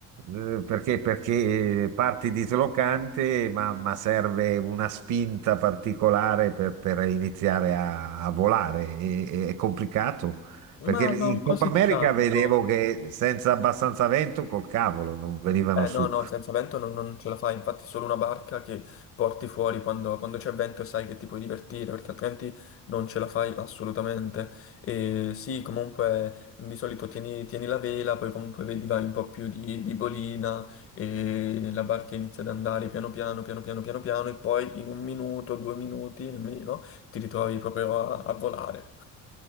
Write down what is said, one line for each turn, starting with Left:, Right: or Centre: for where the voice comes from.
Right: Eh, Perché, perché parti dislocante, ma, ma serve una spinta particolare per, per iniziare a, a volare. E- e- è complicato. Perché
Left: Ma
Right: in
Left: non così
Right: Coppa America
Left: tanto.
Right: vedevo che senza abbastanza vento, col cavolo, non venivano
Left: Eh,
Right: su.
Left: no, no, senza vento non, non ce la fai, infatti è solo una barca che porti fuori quando, quando c'è vento e sai che ti puoi divertire, perché altrimenti non ce la fai assolutamente. E sì, comunque di solito tieni, tieni la vela, poi comunque vedi vai un po' più di, di bolina e la barca inizia ad andare piano piano, piano piano, piano piano e poi in un minuto, due minuti nemmeno ti ritrovi proprio a, a volare.